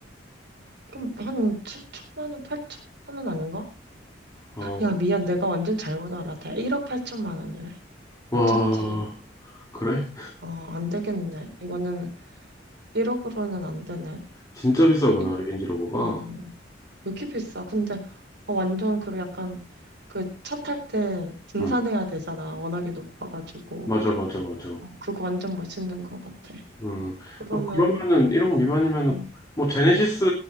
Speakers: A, on the right; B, on the left.
A: 그럼 한 7천만 원, 8천만 원 아닌가?
B: 어,
A: 야, 미안. 내가 완전 잘못 알았다. 1억 8천만 원이래. 어쩐지.
B: 와, 그래?
A: 어, 안 되겠네. 이거는 1억으로는 안 되네.
B: 진짜 비싸구나,
A: 일-
B: 레인지로버가.
A: 어, 왜 이렇게 비싸? 근데 어, 완전 그 약간 그 차 탈 때 등산해야
B: 음,
A: 되잖아. 워낙에 높아가지고.
B: 맞아, 맞아, 맞아.
A: 어, 그거 완전 멋있는 것 같아.
B: 음,
A: 그러면
B: 어, 그러면은 1억 미만이면은,
A: 음,
B: 뭐, 제네시스